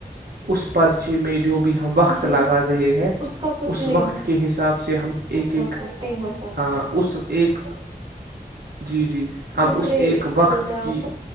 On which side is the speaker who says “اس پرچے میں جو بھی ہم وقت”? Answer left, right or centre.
Right